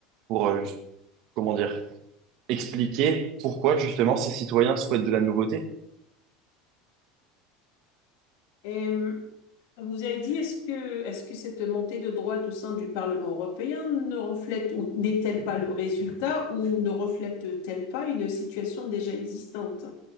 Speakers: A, on the right; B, on the left.
A: pour, euh, comment dire, expliquer pourquoi justement ces citoyens souhaitent de la nouveauté?
B: Et, euh, vous avez dit, est-ce que, est-ce que cette montée de droite au sein du Parlement européen ne reflète ou n'est-elle pas le résultat ou ne reflète-t-elle pas une situation déjà existante?